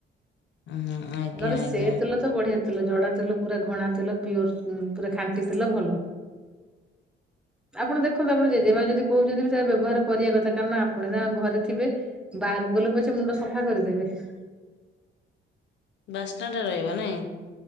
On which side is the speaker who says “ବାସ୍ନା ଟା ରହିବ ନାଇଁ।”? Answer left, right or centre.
Left